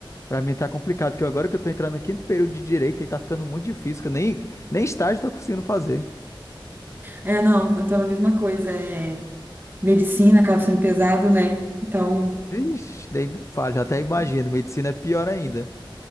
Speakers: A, on the left; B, on the right.
A: Pra mim tá complicado, que agora que eu tô entrando no quinto período de direito e tá ficando muito difícil, que eu nem, nem estágio tô conseguindo fazer.
B: É, não, eu tô na mesma coisa, é medicina acaba sendo pesado, né? Então,
A: Ixi, nem me fala, já até imagino. Medicina é pior ainda.